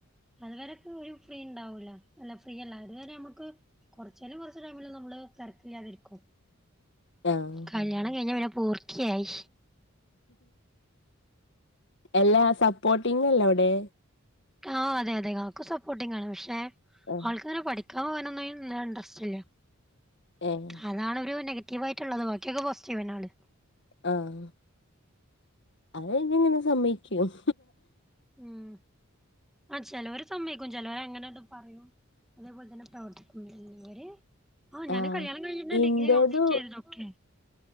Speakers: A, in the centre; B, on the left.
A: അതുവരൊക്കെ ഒരു ഫ്രീ ഉണ്ടാവൂല അല്ല ഫ്രീയല്ല അതുവരെ നമുക്ക് കുറച്ചേനും കൊറച്ച് ടൈമില് നമ്മള് തതിരക്കില്ല യാതെരിക്കും
B: ആഹ്
A: കല്ല്യാണം കഴിഞ്ഞ പിന്നെ പൂർത്തിയായി
B: എല്ലാ സപ്പോർട്ടിങ്ല്ലെ അവിടെ
A: ആഹ് അതെ അതെ കാക്കു സപ്പോർട്ടിംഗ് ആണ് പക്ഷെ
B: ആഹ്
A: ആൾക്കങ്ങനെ പഠിക്ക കാവനൊന്നും ഇണ്ട്രസ്റ്റില്ല
B: ഏഹ്
A: അതാണ് ഒരു നെഗറ്റീവ് ആയിട്ടുള്ളത് ബാക്കിയൊക്കെ പോസിറ്റീവ്ന്ന ആള്
B: ആഹ് അത് പിന്നെ എങ്ങനെ സമ്മക്കും
A: ഉം ആഹ് ചിലവർ സമ്മയിക്കും ചിലവർ എങ്ങനെ പറയൂ അതേപോലെ തന്നെ പ്രവർത്തിക്കുമിവര് ആ ഞാന്
B: ആഹ്
A: കല്യാണം കഴിഞ്ഞ
B: ഇന്റേതു
A: ഡിഗ്രി കപ്ലീറ്റ് ചെയ്തത് ഒക്കെ